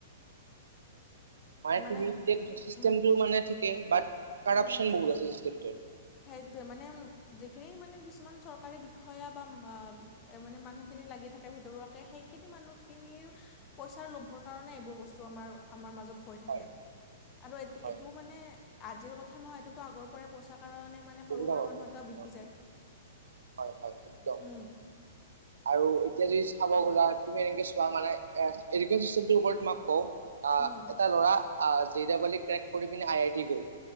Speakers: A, on the right (about 65°); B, on the left (about 25°).
A: <unintelligible> হয়
B: মানে
A: তুমি ঠিকে কৈছা, চিষ্টেমটো
B: উম,
A: মানে ঠিকে বাট, কাৰাপচন
B: উম,
A: বহুত আছে চিষ্টেমটোত',
B: সেইটোৱে মানে উম', যেখিনি মানে কিছু', কিছুমান চৰকাৰী বিষয়া বা উম', - মা', - উম', - এ মানে মানুহখিনি লাগিয়ে থাকে ভিতৰুৱাকে সেইখিনি মানুহখিনিৰ', পইচাৰ লোভৰ কাৰণে এইবোৰ বস্তু আমাৰ-আমাৰ মাজত হৈ থাকে',
A: হয়
B: আৰু এতি',
A: হয়
B: - এইটো
A: হয়
B: মানে, আজিৰ কথা নহয় এইটোতো আগৰ পৰাই পইচা কাৰণে মানে', মানে
A: বহুত
B: সুৰু-সোৰা
A: আগৰ
B: মানুহ
A: পৰা
B: এইটাও
A: বহুত
B: বিকি
A: আগৰ পৰা
B: যায়',
A: হয় - হয়, একদম',
B: উম,
A: আৰু এতিয়া যদি চাব গ'লা, তুমি এনকে চোৱা মানে, এ', - এডুকেশন চিষ্টেমটোৰ ওপৰত তোমাক কওঁ', অ',
B: উম,
A: এটা ল'ৰা অ', জি ডাবল ই ক্ৰেক কৰি পিনে আই আই টি গ'ল',